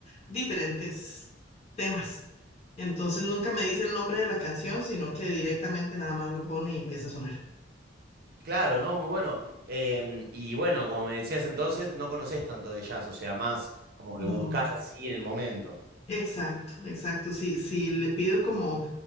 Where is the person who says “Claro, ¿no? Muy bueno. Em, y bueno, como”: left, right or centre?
Right